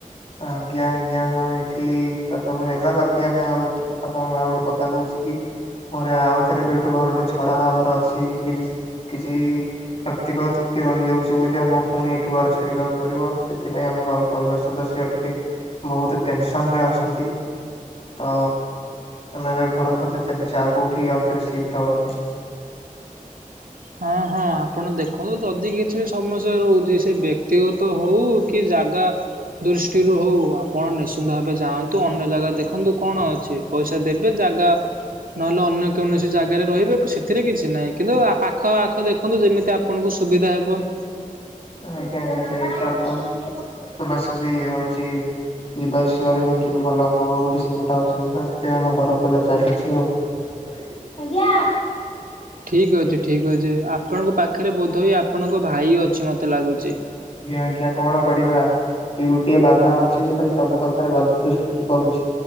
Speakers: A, on the left; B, on the right.
A: ଆଜ୍ଞା ଆଜ୍ଞା ହଁ ଏଠି ତସବୁ ହେଲା ବାକି ଆମେ ଆଉ ଆପଣ ଆଉ ଗୋଟେ କଥା କହୁଚିକି ମୋରେ ଆଉ ଥରେବି ଏଠୁ ଘରଠୁ ଛଡ଼ା ହବାର ଅଛି କିଛି କିଛି ବ୍ୟକ୍ତିଗତ ରହିଯାଉଛି ବୋଲି ଆମକୁ ପୁଣି ଏଠୁ ଘାର ଛାଡ଼ିବାକୁ ପଡ଼ିବ ସେଥିପାଇଁ ଆମ ଘର ପରିବାର ସଦସ୍ୟ ସେ ଟିକେ ବହୁତ୍ ଟେନସନରେ ଅଛନ୍ତି। ତ ଆମେ ଏବେ ଘର ଖୋଜା ଚାଲିଚି ଆଉ କେଉଁଠି ଆଉଥରେ ସିଫ୍ଟ ହବା ପାଇଁ।
B: ହଁ ହଁ ଆପଣ ଦେଖନ୍ତୁ ଯଦି କିଛିବି ସମସ୍ୟା ରହୁଚି ସେବ୍ୟକ୍ତିଗତ ହଉ କିଜାଗା ଦୃଷ୍ଟିରୁ ହଉ ଆପଣ ନିଶ୍ଚିନ୍ତ ଭାବେ ଯାଆନ୍ତୁ ଅନ୍ୟ ଜାଗା ଦେଖନ୍ତୁ କଣ ଅଛି ପଇସା ଦେବେ ଜାଗା ନହେଲେ ଅନ୍ୟ କୌଣସି ଜାଗାରେ ରହିବେ ସେ ଏଥିରେ କିଛି ନାହିଁ କିନ୍ତୁ ପାଖ ଆଖ ଦେଖନ୍ତୁ ଯେମିତି ଆପଣଙ୍କୁ ସୁବିଧା ହେବ।
A: ଆଜ୍ଞା ଆଜ୍ଞା ସେଇଟ ତବାସବି ହଉଚି ଯିବା ଆସିବାରେ କେମିତି ଟିକେ ଭଲ ହବ ବୋଲି ସେଗୋଟେ ଅଚିନ୍ତା ତସେଥିପାଇଁ ଆମ ଘର ଖୋଜା ଚାଲିଚି ଆଉ ଆଜ୍ଞା।
B: ଠିକ୍ ଅଛି ଠିକ୍ ଅଛି ଆପଣଙ୍କ ପାଖରେ ବୋଧୋହୁଏ ଆପଣଙ୍କ ଭାଇ ଅଛି ମତେ ଲାଗୁଚି?
A: ଆଜ୍ଞା କଣ କରିବା। ସିଏ ଗୋଟିଏ ବାଧା ଅଛି ଖାଲି ସବୁ କଥାରେ ବାଧତ୍ୟ ସୃଷ୍ଟି କରୁଛି।